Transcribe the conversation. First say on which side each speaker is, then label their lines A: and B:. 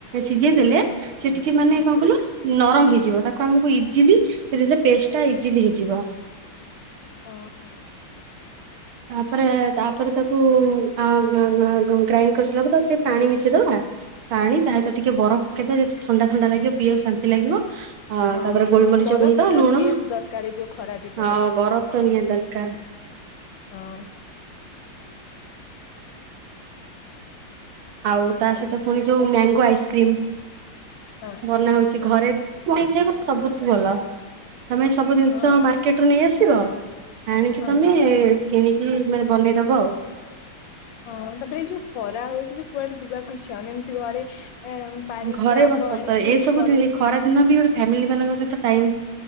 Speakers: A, on the right; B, on the left.
A: ସିଝେଇ ଦେଲେ ସେଟିକେ ମାନେ
B: ହୁଁ
A: କଣ କଇଲ ନରମ ହେଇଯିବ ତାକୁ ଆମକୁ ଇଜିଲି ସେରେ ପେଷ୍ଟ ଟା ଇଜିଲି ହେଇଯିବ।
B: ଓ ହୋ।
A: ତାପରେ ତାପରେ
B: ତାକୁ
A: ତା କୁ <unintelligible> ଗ୍ରାଇଣ୍ଡ କରିସାରିଲା ପରେ ତାକୁ ଟିକେ ପାଣି ମିଶେଇଦବା। ପାଣି ତା ସହିତ ଟିକେ ବରଫ ପକେଇଦେଲେ ଥଣ୍ଡା ଥଣ୍ଡା ଲାଗିବ ପିଇବାକୁ ଶାନ୍ତି ଲାଗିବ। ଅ
B: ହଁ
A: ତାପରେ ଗୋଲମରିଚ
B: ବରଫଟ
A: ଗୁଣ୍ଡ
B: ତ
A: ଲୁଣ
B: ନିହାତି ଦରକାର ଏ ଯୋଉ ଖରା ଦିନଟାରେ।
A: ଆଉ ବରଫ ତ ନିହାତି ଦରକାର।
B: ହଁ।
A: ଆଉ
B: ତାପରେ
A: ତା ସହିତ ପୁଣି ଯୋଉ ମ୍ୟାଙ୍ଗୋ ଆଇସ୍କ୍ରିମ।
B: ହଁ।
A: ବନା ହଉଛି ଘରେ <unintelligible> ସବୁଠୁ ଭଲ। ତମେ ସବୁ ଜିନିଷ
B: ହଁ
A: ମାର୍କେଟ ରୁ ନେଇ ଆସିବ ଆଣିକି
B: ହଁ।
A: ତମେ। କିଣିକି ମାନେ ବନେଇଦବ ଆଉ।
B: ହଁ ତାପରେ ଏଇ ଯୋଉ ଖରା ହଉଛି ବି କୁଆଡେ ଯିବାକୁ ଇଚ୍ଛା ହଉନି ଏମତି ଘରେ। ଏ ପାରିକି
A: ଘରେ
B: ଆମ୍ବ
A: ବସ
B: ଆଣିକି
A: ତ ଏ ସବୁ
B: ବନେଇକି
A: ଖରା ବି ଗୋଟେ ଫାମିଲି ମାନଙ୍କ ସହିତ ଟାଇମ୍।